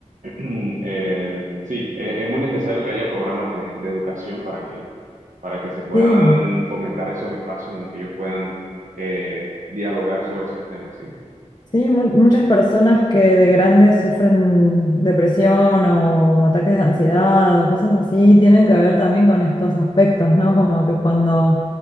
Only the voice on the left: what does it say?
sí.
Sí, mu- muchas personas que de grandes sufren depresión o ataques de ansiedad o cosas así tienen que ver también con estos aspectos, ¿no? Como que cuando